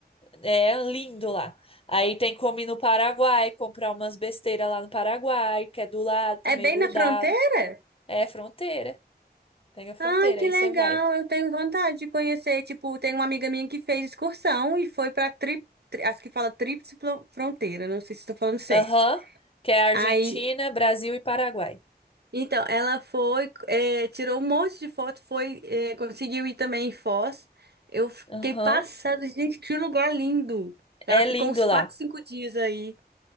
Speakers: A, on the left; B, on the right.
A: é lindo lá. Aí tem como ir no Paraguai, comprar umas besteiras lá no Paraguai, que é do lado também,
B: É bem
A: grudado.
B: na fronteira?
A: É fronteira. Pega a fronteira,
B: Ai, que
A: aí
B: legal,
A: você vai.
B: eu tenho vontade de conhecer. Tipo, tem uma amiga minha que fez excursão e foi pra tri, tri- acho que fala tríplice fron- fronteira, não sei se estou falando certo.
A: Aham. Que é Argentina,
B: Aí
A: Brasil e Paraguai.
B: Então, ela foi, eh, tirou um monte de foto, foi, eh, conseguiu ir também em Foz. Eu fiquei
A: Aham.
B: passada, gente, que lugar lindo. Ela
A: É lindo
B: ficou uns 4,
A: lá.
B: 5 dias aí.